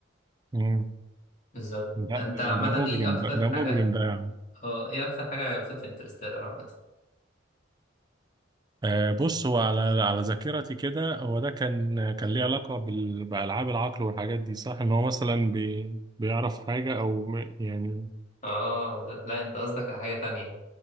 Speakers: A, on the right; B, on the left.
A: مم.
B: بالظبط
A: لا
B: انت
A: ده
B: عامة
A: ده مجرم
B: ايه اكتر
A: ده, ده
B: حاجة
A: مجرم ده يعني
B: اه ايه اكتر حاجة عجبتك في انترستيلر عامة
A: آه بص هو على على ذاكرتي كده هو ده كان كان ليه علاقة بال- بألعاب العقل والحاجات دي صح إن هو مثلا بي بيعرف حاجة أو م- يعني
B: اه لا, لا انت قصدك على حاجة تانية